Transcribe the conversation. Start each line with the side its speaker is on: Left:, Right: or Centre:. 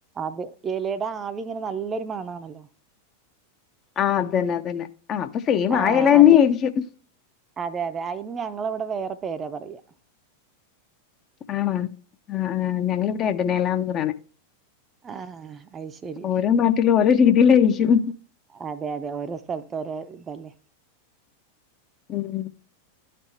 Right: അത് ഇലയുടെ ആവി അങ്ങനെ നല്ലൊരു മണാണല്ലോ
Left: ആ അതന്നെ അതന്നെ ആ അപ്പൊ സെയിം
Right: ആഹ്
Left: ആ ഇല തന്നെയായിരിക്കും
Right: അത് അതെ അതെ അതിന് ഞങ്ങളവിടെ വേറെ പേര പറയാ
Left: ആണ ആ ആ ഞങ്ങളിവിടെ എടനേലന്ന് പറയണേ
Right: ആ അത് ശരി
Left: ഓരോ നാട്ടിലും ഓരോ രീതിയിലായിരിക്കും.
Right: അതെ അതെ ഓരോ സ്ഥല ഓരോ ഇതല്ലേ
Left: ഉം